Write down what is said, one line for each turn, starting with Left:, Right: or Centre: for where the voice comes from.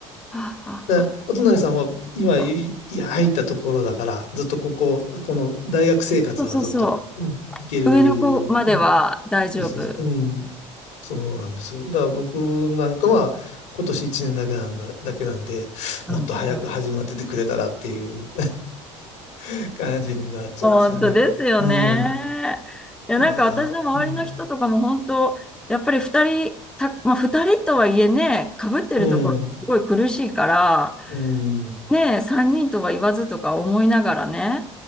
Centre: ああ、
Left: だからお隣さんは今いい入ったところだから、
Centre: あはあ、そっか。
Left: ずっとここ、この大学生活はずっと、
Centre: そうそうそ
Left: うん、いける。
Centre: う。上の子までは大丈夫。
Left: うん。そうそうそううん。そうなんですよ。だから僕なんかは今年1年だけなんだ、だけなんで、
Centre: うん、
Left: もっと早く始まっててくれたらっていう
Centre: うん。
Left: <laughs> 感じになっちゃうんですよね。
Centre: 本当ですよね。
Left: うん。
Centre: いや、
Left: まあ、
Centre: なんか私の周りの人とかも本当、
Left: うん
Centre: やっぱり二人、た、まあ二人とはいえね、かぶってるところすごい苦しいから、
Left: うん、うん。い
Centre: ね、三人とは言わずとか思いながらね、